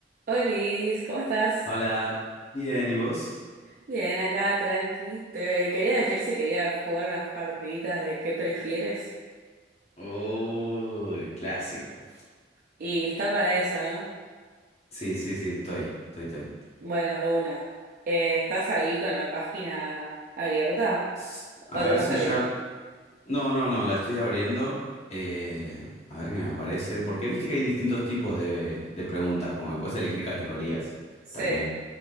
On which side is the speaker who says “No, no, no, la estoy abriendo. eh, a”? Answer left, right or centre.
Left